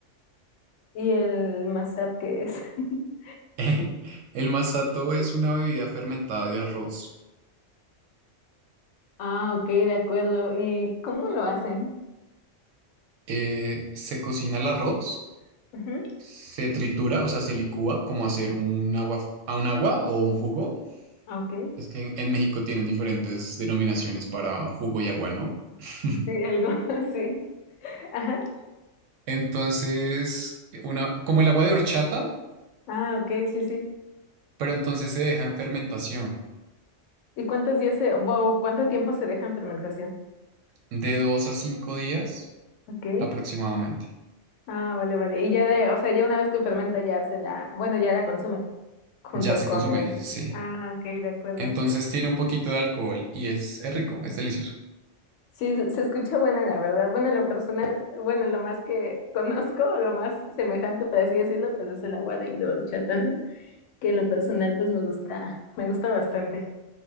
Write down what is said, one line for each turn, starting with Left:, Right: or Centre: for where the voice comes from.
Left: ¿Y el mashup qué es? <laughs>
Right: <laughs> El masato es una bebida fermentada de arroz.
Left: Ah, ok, de acuerdo. ¿Y cómo lo hacen?
Right: Eh, se cocina el arroz,
Left: Ujú.
Right: se tritura, o sea, se licúa como hacer un agua, a un agua o un jugo
Left: Ah, Ok.
Right: Es que en en México tienen diferentes denominaciones para jugo y agua, ¿no? <laughs>
Left: Sí, algo, <laughs> sí. Ajá.
Right: Entonces, una, como el agua de horchata,
Left: Ah, ok, sí, sí.
Right: pero entonces se deja en fermentación
Left: ¿Y cuántos días se, wow, cuánto tiempo se deja en fermentación?
Right: de dos a cinco días
Left: Ok.
Right: aproximadamente.
Left: Ah, vale, vale. Y ya de, o sea, ya una vez que fermenta ya se la, bueno, ya la consumen junto
Right: Ya se
Left: con
Right: consume,
Left: el.
Right: sí.
Left: Ah, ok, de acuerdo.
Right: Entonces tiene un poquito de alcohol y es, es rico, es delicioso.
Left: Sí, se se escucha buena, la verdad. Bueno, en lo personal, bueno, lo más que <laughs> conozco, lo más semejante, por así decirlo, pues es el agua de, de horchata, ¿no? Que en lo personal, pues me gusta, me gusta bastante.